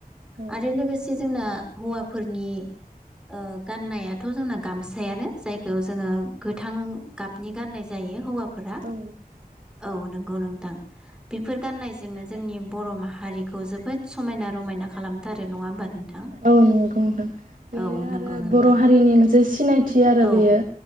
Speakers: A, on the right (about 60°); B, in the centre.
A: औ
B: आरो लोगोसे जोंना हौवाफोरनि ओ गाननायाथ' जोंना गामसायानो जायखौ जोङो गोथां गाबनि गाननाय जायो हौवाफोरा
A: औ
B: औ नंगौ नोंथां बेफोर गाननायजोंनो
A: बेफोर गनायजों
B: जोंनि बर' माहारिखौ
A: जों बर'रिखौ
B: जोबोद समायना
A: जोबोद
B: रमायना
A: समायना
B: खालामथारो
A: रमायना खालामथारो
B: नङा होमबा नोंथां
A: नङा औ नंगौ बेयो
B: औ नंगौ
A: आरो
B: नोंथां
A: बर' हारिनि मोनसे सिनायथि आरो
B: औ
A: बेयो